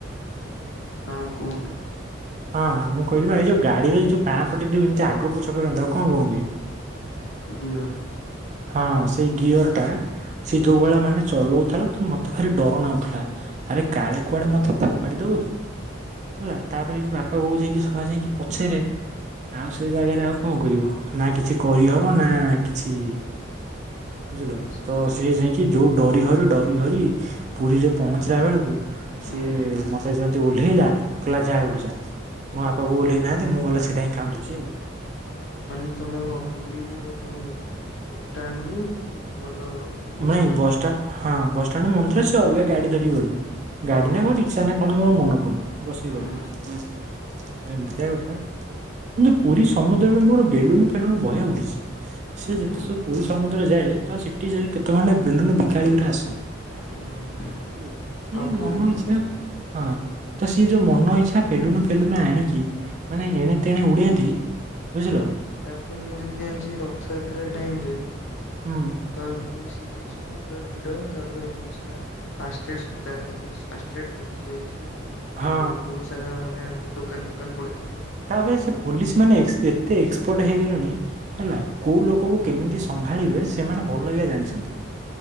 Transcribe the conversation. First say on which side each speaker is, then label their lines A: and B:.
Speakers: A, on the left; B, on the right.
A: ନାଇଁ କୁହନ୍ତୁ
B: ଅଁ, ମୁଁ କହିଲି ପା ଏଇ ଯୋଉ ଗାଡି ରେ ଯୋଉ ବାଁପଟେ ଯୋଉ ଏମତି ଆଗ ପଛ କରନ୍ତି ତାକୁ କଣ କୁହନ୍ତି?
A: ଗିୟର୍।
B: ହଁ ସେଇ ଗିୟର୍ ଟା ସେ ଯୋଉ ଭଳିଆ ମାନେ ଚଲଉଥିଲା ତ ମୋତେ ଭାରି ଡର ନାଗୁଥୁଲା। ଆରେ କାଳେ କୁଆଡେ ମୋତେ ଫୋପାଡ଼ି ଦବ କି ହେଲା
A: ହୁଁ
B: ତାପରେ
A: ହୁଁ
B: ବି ବାପା ବୋଉ ଯାଇଁକି ସବା ଯାଇଁକି ପଛରେ, ଆଉ ସେ ଜାଗାରେ ଆଉ କଣ କରିବ ନା କିଛି କହିହବ ନା କିଛି
A: ଓଟିଇଟି
B: ବୁଝିଲ?
A: ଆସିକି
B: ତ
A: ସରିଯିବ।
B: ସିଏ ଯାଇକି ଯୋଉ ଡରି ହର ଡରି ହରି ପୁରୀରେ ପହଞ୍ଚିଲା ବେଳକୁ
A: ହୁଁ
B: ସିଏ
A: ହୁଁ
B: ମୋତେ ଯେମିତି ଓହ୍ଲେଇଲା କହିଲା ଯା ଏଉଠୁ ଯା। ମୋ ବାପା ବୋଉ ଓହ୍ଲେଇ ନାହାନ୍ତି ମୁଁ ଗଲା ସେଇଟା ହିଁ କାନ୍ଦୁଚି ଆଉ।
A: ମାନେ ତୋମେ କଣ ପୁରୀର ଯୋଉ ବସ୍ ଷ୍ଟାଣ୍ଡରୁ ଗଲ ମନ୍ଦିର?
B: ନାଇଁ ବସଷ୍ଟାଣ୍ଡ ହଁ ବସ୍ ଷ୍ଟାଣ୍ଡରୁ ମନ୍ଦିର
A: ହଁ
B: ସେ ଅଲଗା ଗାଡି ଧରିିକି ଗଲୁ
A: ହଁ
B: ଗାଡି ନା କଣ ରିକ୍ସା ନା କଣ ମୋର ମନେ ପନି ବସି
A: ହୁଁ
B: ଗଲୁ। ଏମତିଆ କଥା, କିନ୍ତୁ ପୁରୀ ସମୁଦ୍ରରେ ମୋର ବେଲୁନ୍ ଫେଲୁନ୍ ବହେ ଉଡିିଛି। ସେ ଯେତେ
A: ହୁଁ
B: ସବୁ ପୁରୀ ସମୁଦ୍ର ଯାଏ ତ ସେ ଟି ସେଠି କେତେ ଖଣ୍ଡେ ବେଲୁନୁ ବିକାଳିି ଗୁରା ଆସନ୍ତି। ବୁଝିଲ?
A: ହୁଁ ହୁଁ ହୁଁ
B: ସିଏ
A: ହଁ ପୁରୀ
B: ମନ
A: ହଁ
B: ଇଚ୍ଛା ହଁ ତ ସିଏ ଯୋଉ ମନ ଇଚ୍ଛା ବେଲୁନୁ ଫେଲୁନୁ ଆଣିକି ମାନେ ଏଣେ ତେଣେ ଉଡେଇନ୍ତି। ବୁଝିଲ?
A: ତାପରେ ମୁଁ ଯେତିକି ଜାଣିଚି ଏ ରଥଯାତ୍ରା ଟାଇମ୍ ରେ
B: ହୁଁ।
A: ତୋମେ ପୁରୀ ସି ବିଚ୍ ଯିବ ପୁରା ଭିଡ, ତାପରେ ବହୁତ ସାରା ଫାଷ୍ଟେଡ୍ ସବୁ ଜାଗା ଜାଗା ଫାଷ୍ଟଟ୍ରେଡ୍ ପୋଲିସ୍ ଜଗିଥିବେ।
B: ହଁ
A: ଆଉ ବହୁତ ସାରା ମାନେ ଦୋକାନ ଫୋକାନ ପଡ଼ିଥିବ।
B: ତାପରେ ସେ ପୋଲିସ୍ ମାନେ ଏସ୍ ଏତେ ଏକ୍ସପୋର୍ଟ ହେଇଗଲେଣି। ହେଲା, କୋଉ ଲୋକକୁ କେମିତି ସମ୍ଭାଳିବେ ସେମାନେ ଭଲ କିଆ ଜାଣିଛନ୍ତି।